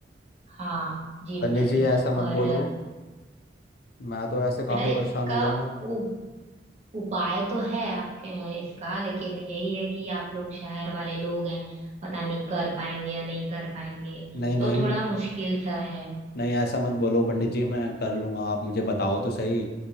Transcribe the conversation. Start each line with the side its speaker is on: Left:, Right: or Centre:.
Right: हाँ जी
Left: पंडित
Right: बेटा जी
Left: जी ऐसा
Right: और
Left: मत बोलो मैं तो ऐसे काफ़ी
Right: बेटा इसका
Left: परेशान हो जाऊंगा
Right: उ, उपाय तो है आप अ, इसका लेकिन यही है कि आप लोग शहर वाले लोग हैं पता नहीं कर पाएंगे या नहीं कर पाएंगे
Left: नहीं नहीं
Right: तो थोड़ा मुश्किल सा है
Left: नहीं ऐसा मत बोलो पंडित जी मैं कर लूंगा आप मुझे बताओ तो सही